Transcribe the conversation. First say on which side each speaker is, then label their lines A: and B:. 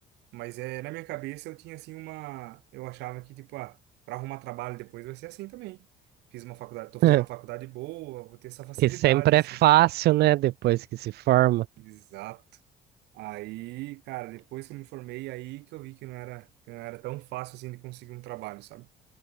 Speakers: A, on the right; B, on the right.
A: Mas é, na minha cabeça eu tinha, assim, uma. Eu achava que, tipo, ah, pra arrumar trabalho depois vai ser assim também. Fiz uma faculdade, tô fazendo
B: <laughs>
A: uma faculdade boa, vou ter essa facilidade,
B: Que sempre
A: assim.
B: é fácil, né? Depois que se forma.
A: Exato. Aí, cara, depois que eu me formei, aí que eu vi que não era, que não era tão fácil assim de conseguir um trabalho, sabe?